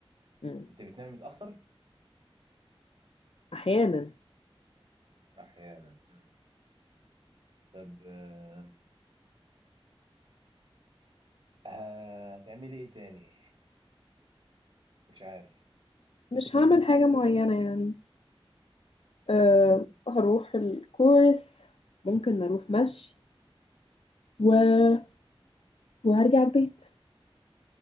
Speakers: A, on the left (about 70°); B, on the right (about 60°).
A: مم.
B: انت بتنامي متأخر؟
A: أحيانا
B: أحيانا مم. طب أه... هتعملي ايه تاني؟ مش عارف
A: مش هعمل حاجة معينة يعني أه
B: امم
A: هروح الكورس ممكن اروح مشي و... وهرجع البيت